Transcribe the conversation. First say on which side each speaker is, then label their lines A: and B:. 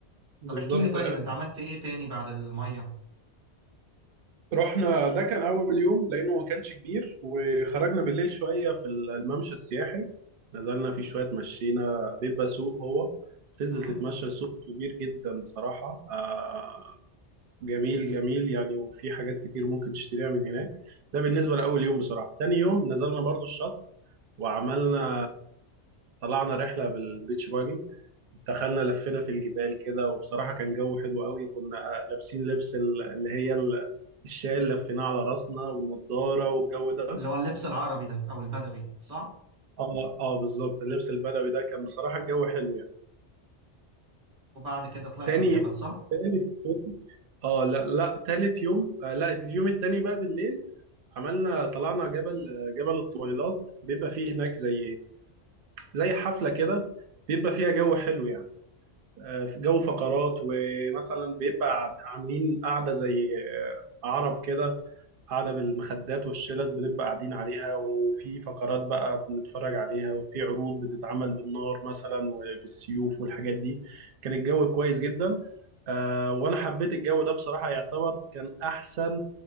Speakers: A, on the right; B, on the right.
A: بالظبط
B: طب احكي لي طيب انت عملت ايه تاني بعد الميه
A: رحنا ده كان أول يوم لأنه ما كانش كبير وخرجنا بالليل شوية في الممشى السياحي نزلنا فيه شوية مشينا بيبقى سوق هو تنزل
B: امم
A: تتمشى سوق كبير جدا بصراحة آه جميل جميل يعني وفي حاجات كتير ممكن تشتريها من هناك ده بالنسبة لأول يوم بصراحة تاني يوم نزلنا برضو الشط وعملنا طلعنا رحلة بالبيتش باجي دخلنا لفينا في الجبال كده وبصراحة كان جو حلو قوي كنا لابسين لبس ال- اللي هي ال- الشال اللي لفيناه على راسنا والنضارة والجو ده
B: اللي هو اللبس العربي ده او البدوي صح
A: اه اه بالظبط اللبس البدوي ده كان بصراحة الجو حلو يعني
B: وبعد كده طلعتوا
A: تاني
B: الجبل صح
A: يوم اه لا لا تالت يوم آه لا اليوم التاني بقى بالليل عملنا طلعنا جبل آه، جبل الطويلات بيبقى فيه هناك زي زي حفلة كده بيبقى فيها جو حلو يعني آه، في جو فقرات ومثلا بيبقى عاملين قاعدة زي آه، عرب كده قاعدة بالمخدات والشلت بنبقى قاعدين عليها وفي فقرات بقى بنتفرج عليها وفي عروض بتتعمل بالنار مثلا وبالسيوف والحاجات دي كان الجو كويس جدا آه، وأنا حبيت الجو ده بصراحة يعتبر كان أحسن